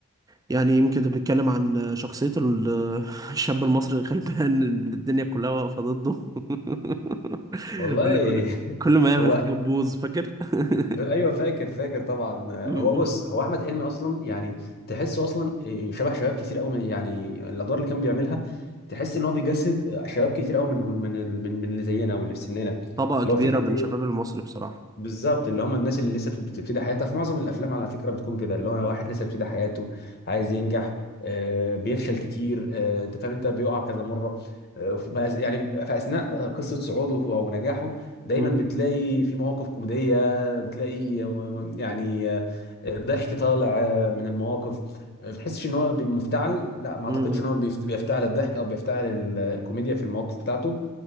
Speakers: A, on the right; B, on the left.
A: يعني يمكن ده بيتكلم عن شخصية ال- <laughs> الشاب المصري الغلبان اللي الدنيا كلها واقفة ضده <laughs>
B: والله
A: اللي
B: <laughs>
A: كل ما يعمل
B: هو
A: حاجة تبوظ فاكر <laughs>
B: ايوه فاكر فاكر طبعا آه،
A: م- م.
B: هو بص هو احمد حلمي اصلا يعني تحسه اصلا آه، شبه شباب كتير قوي من يعني الادوار اللي كان بيعملها تحس ان هو بيجسد آه، شباب كتير قوي من من من من اللي زينا واللي في سننا
A: طبقة
B: اللي
A: كبيرة
B: هو فكره
A: من
B: إيه؟
A: شباب المصري بصراحة
B: بالظبط اللي هم الناس اللي لسه بتبتدي حياتها في معظم الافلام على فكره بتكون كده اللي هو واحد لسه بيبتدي حياته عايز ينجح آه، بيفشل كتير آه، انت فاهم انت بيقع كذا مره آه، ف- يعني في اثناء قصه صعوده او نجاحه دايما
A: م-
B: بتلاقي في مواقف كوميديه بتلاقي آه، يعني آه، ضحك طالع آه، من المواقف آه، بتحسش ان هو بي- مفتعل لا ما
A: م-
B: اعتقدش ان هو بيفت- بيفتعل الضحك او بيفتعل ال- الكوميديا في المواقف بتاعته